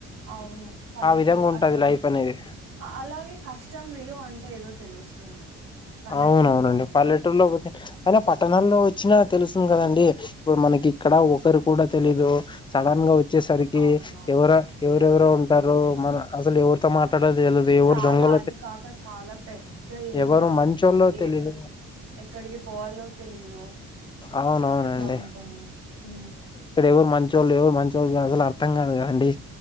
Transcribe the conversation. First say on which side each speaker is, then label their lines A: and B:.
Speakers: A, on the right; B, on the left.
A: అవును పల్లెటూరు
B: ఆ విధంగా ఉంటది
A: అట్లం
B: లైఫ్ అనేది
A: అలాగే కష్టం విలువ అంటే ఏదో తెలుస్తుందండి పల్లెటూరులో
B: అవును అవును అండి
A: ఉంటే
B: పల్లెటూరిలో పోతే అయినా పట్ లోనా వచ్చినా తెలుస్తుంది కదండి ఇప్పుడు మనకి ఇక్కడ ఒక్కరు కూడా తెలియదు సడన్ గా వ వచ్చేసరికి
A: అవునవును
B: ఎవరో ఎవరెవరో
A: ఎవరు
B: ఉంటారు
A: తెలీదు
B: మన అసలు ఎవరితో మాట్లాడాలో తెలదు ఎవరు
A: చాలా
B: దొంగల
A: అది కాక చాలా పెద్ద ఏరియా
B: ఎవరు
A: ఉన్
B: మంచోళ్ళో
A: ఉంది
B: తెలీదు
A: ఎక్కడికి ఎక్కడికి పోవాలో తెలీదు
B: అవునవునండి
A: అట్ల ఉంటుంది హు
B: ఇప్పుడు మంచోళ్ళు ఎవరు మంచోళ్ళు అసలు అర్థం కాదు గాండి